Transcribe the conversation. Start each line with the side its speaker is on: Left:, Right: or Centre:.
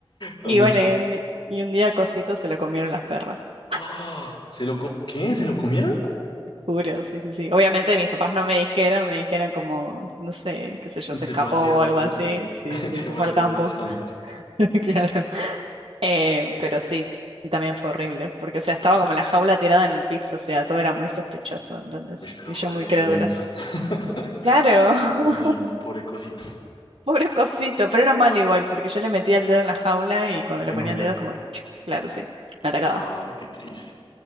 Left: ah,
Right: Y
Left: muy
Right: bueno,
Left: chiquita.
Right: y un, di- y un día Cosito se lo comieron las perras.
Left: ¡Ah! ¿Se lo co- ¿Qué? ¿Se lo comieron?
Right: Juro, sí, sí, sí. Obviamente mis papás no me dijeron, me dijeron como, no sé, qué sé yo, se
Left: Se
Right: escapó
Left: fue al cielo,
Right: o algo así.
Left: se,
Right: Sí,
Left: <laughs>
Right: sí,
Left: se
Right: se
Left: fue
Right: fue
Left: al cielo
Right: al campo.
Left: de los hámsters.
Right: <laughs> Claro. Eh, pero sí, y también fue horrible, porque, o sea, estaba como la jaula tirada en el piso, o sea, todo era muy sospechoso, entonces,
Left: Uy, pero
Right: y yo
Left: asesinos.
Right: muy crédula.
Left: <laughs>
Right: Claro, <laughs>
Left: Pobrecito, pobre cosito,
Right: pobre cosito, pero era malo igual, porque yo le metía el dedo en la jaula y cuando
Left: te
Right: le ponía
Left: mordía.
Right: el dedo, como que, <tsk> claro, sí, me atacaba.
Left: Ay, qué triste.